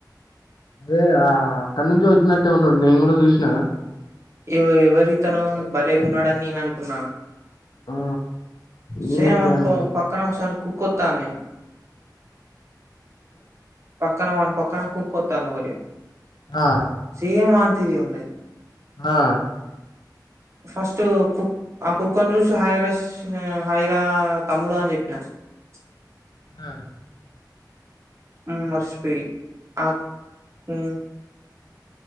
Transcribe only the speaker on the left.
అదే ఆ అక్కడ నుంచి వచ్చినట్టే ఉన్నడు నేను కూడా చూసినా
ఆ
నేను వచ్చా
అనుకున్నా
ఆ
ఆ
ఆ